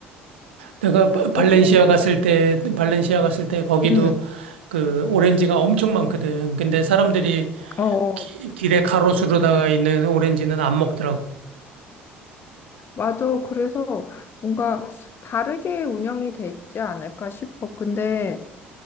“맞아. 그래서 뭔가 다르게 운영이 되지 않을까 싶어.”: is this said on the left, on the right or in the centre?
Left